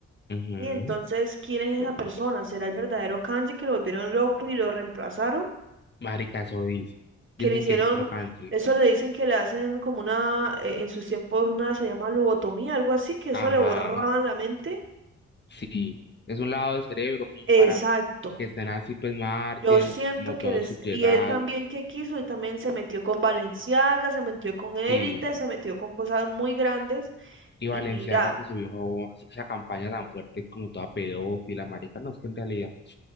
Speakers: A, on the left; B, on the right.
A: Ujú,
B: Y entonces, ¿quién es esa persona? ¿Será el verdadero Kanji que lo volvieron loco y lo reemplazaron?
A: Marica, eso dice.
B: Que
A: Dicen
B: le hicieron,
A: que es otro kanji.
B: eso le dicen que le hacen como una, eh, en sus tiempos una se llama lobotomía, algo así, que eso
A: Ajá,
B: le borraban la mente.
A: sí. Es un lado del cerebro como
B: Exacto.
A: para que estén así, pues, mártires,
B: Yo siento
A: así como
B: que
A: todos
B: les,
A: subyugados.
B: y él también que quiso, él también se metió con Balenciaga, se metió con Élite,
A: Sí,
B: se metió con cosas muy grandes.
A: Y
B: Y
A: Valenciaga
B: mira,
A: que subió esa campaña tan fuerte como toda pedófila, marica. No, es que en realidad